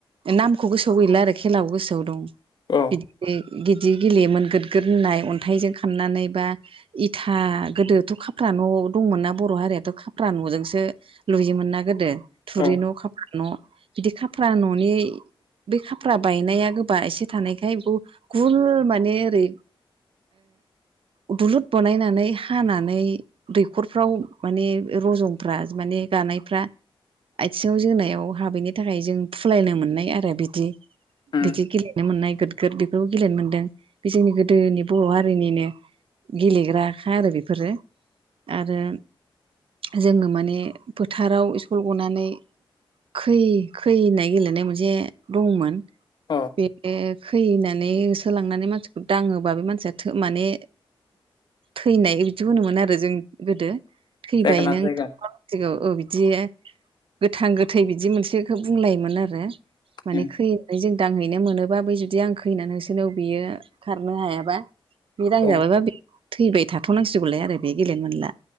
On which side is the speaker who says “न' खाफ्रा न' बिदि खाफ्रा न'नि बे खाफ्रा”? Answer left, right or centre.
Right